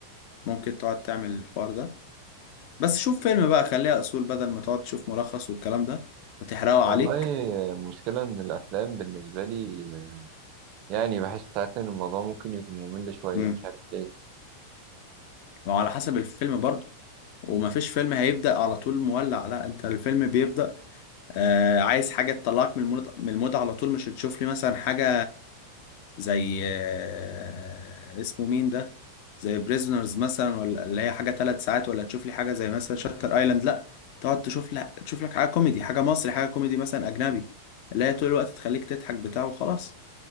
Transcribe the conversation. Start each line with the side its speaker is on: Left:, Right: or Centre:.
Left: ممكن تقعد تعمل الحوار ده بس شوف فيلم بقى خليها اصول بدل ما تقعد تشوف ملخص والكلام ده وتحرقه عليك
Right: والله المشكلة إن الأفلام بالنسبة لي يعني بحس ساعات إن الموضوع ممكن يكون ممل شوية
Left: امم
Right: مش عارف ليه
Left: وعلى حسب الفيلم برضه ومفيش فيلم هيبدأ على طول مولع لا انت الفيلم بيبدأ آه عايز حاجة تطلعك من المود من المود على طول مش هتشوف لي مثلا حاجة زي آه اسمه مين ده زي بريزونرز مثلا ولا اللي هي حاجة ثلاث ساعات ولا تشوف لي حاجة زي مثلا شاتر ايلاند لا تقعد تشوف لك تشوف لك حاجة كوميدي حاجة مصري حاجة كوميدي مثلا أجنبي اللي هي طول الوقت تخليك تضحك بتاعه وخلاص